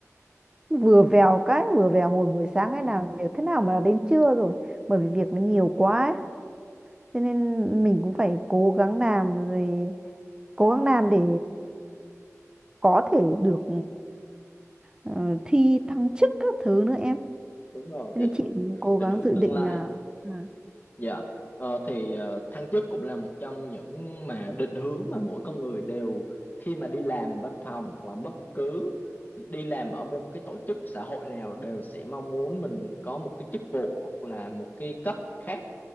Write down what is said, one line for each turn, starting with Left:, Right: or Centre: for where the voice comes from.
Right: vừa vèo cái vừa vèo ngồi buổi sáng cái làm việc thế nào mà là đến trưa rồi bởi vì việc nó nhiều quá ấy. cho nên mình cũng phải cố gắng làm rồi cố gắng làm để có thể được ờ, thi thăng chức các thứ nữa em
Left: Đúng rồi,
Right: cho
Left: định
Right: nên chị
Left: hướng
Right: cũng cố
Left: định
Right: gắng
Left: hướng
Right: dự
Left: tương
Right: định
Left: lai.
Right: là à,
Left: Dạ, ờ, thì ờ, thăng chức cũng là một trong những mà định hướng mà mỗi con người đều khi mà đi làm văn phòng hoặc là bất cứ đi làm ở một cái tổ chức xã hội nào đều sẽ mong muốn mình có một cái chức vụ hoặc là một cái cấp khác